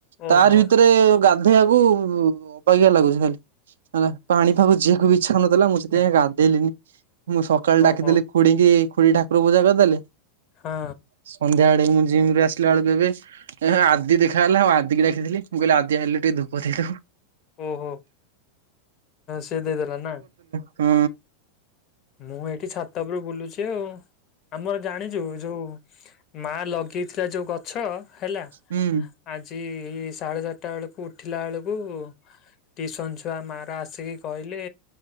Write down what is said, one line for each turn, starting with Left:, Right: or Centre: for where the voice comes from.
Left: ଓହୋ
Right: ତାରି ଭିତରେ ଗାଧେଇବାକୁ ଅବାଗିଆ ଲାଗୁଛି ଖାଲି। ହେଲା ପାଣି ପାାଗକୁ ଯିବାକୁ ବି ଇଚ୍ଛା ନଥିଲା ମୁଁ ସେଥିପାଇ
Left: ଏଁ,
Right: ଗାଧେଇଲିନି ମୁଁ ସକାଳେ ଡାକିଦେଲି।
Left: ଓହୋ
Right: ଖୁଡିକି ଖୁଡି ଠାକୁର ପୂଜା କରିଦେଲେ।
Left: ହଁ।
Right: ସନ୍ଧ୍ୟା ବେଳେକୁ ମୁଁ ଜିମରେ ଆସିଲା ବେଳକୁ ଏବେ ଏ ଆଦି ଦେଖା ହେଲା ଆଉ ଆଦିକି ଡାକି ଦେଲି, ମୁଁ କହିଲି ଆଦି ଆଇଲୁ ଟିକେ ଧୁପ ଦେଇଦବୁ।
Left: ଓହୋ ସେ ଦେଇଦେଲା ନା?
Right: ହୁଁ।
Left: ମୁଁ ଏଇଠି ଛାତ ଉପରେ ବୁଲୁଛି ଆଉ ଆମର ଜାଣିଛୁ ଯୋଉ ମା ଲଗେଇଥିଲା ଯୋଉ ଗଛ ହେଲା
Right: ହୁଁ
Left: ଆଜି ସାଢେ ଚାରିଟା ବେଳକୁ ଉଠିଲା ବେଳକୁ ଟିୟୁସନ ଛୁଆ ମା ର ଆସିକି କହିଲେ